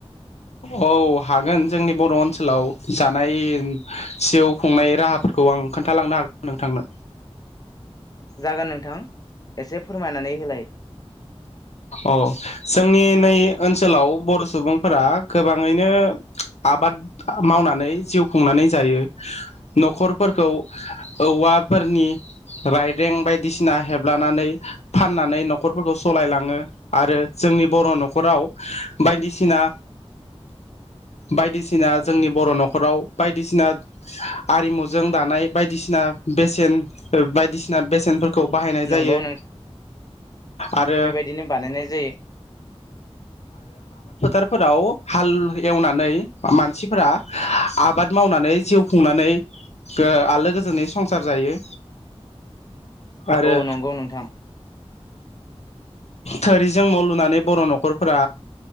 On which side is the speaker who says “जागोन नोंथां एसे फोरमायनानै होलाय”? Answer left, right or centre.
Left